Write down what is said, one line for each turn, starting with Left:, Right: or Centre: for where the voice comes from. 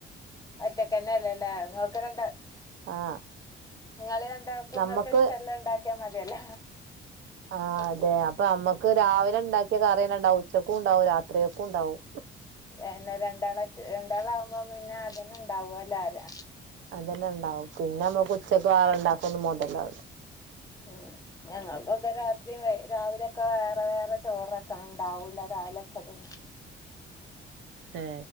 Left: ഒറ്റക്കന്നല്ലല്ലേ ഇങ്ങക്കരണ്ട
Right: ആഹ്
Left: നിങ്ങള് രണ്ടാക്കുംങ്ങൾക്ക്
Right: നമ്മക്ക്
Left: ഇഷ്ടള്ള ഉണ്ടാക്കിയാ മതിയല്ല
Right: ആ
Left: പട്ട്
Right: അതെ അപ്പൊ നമ്മക്ക് രാവിലെ ഉണ്ടാക്കിയ കറിയന്നെ ഉച്ചക്കും ഉണ്ടാവും രാത്രിയൊക്കെ ഉണ്ടാവും
Left: അ ന്നെ രണ്ടാളായിട്ട് രണ്ടാൾ ആകുമ്പോ പിന്നെ അതന്നെ ഉണ്ടാവുല്ലേ അതെ
Right: അതന്നെ ഉണ്ടാവും പിന്നെ നമ്മുക്ക് ഉച്ചക്ക് ആഹ് ഉണ്ടാക്കും <unintelligible>
Left: ഉം ഞങ്ങൾക്കൊക്കെ രാത്രിയും രാവിലെയൊക്കെ വേറെ വേറെ ചോറൊക്ക ഉണ്ടാവൂല്ല രാവിലെച്ചതും
Right: ഹേ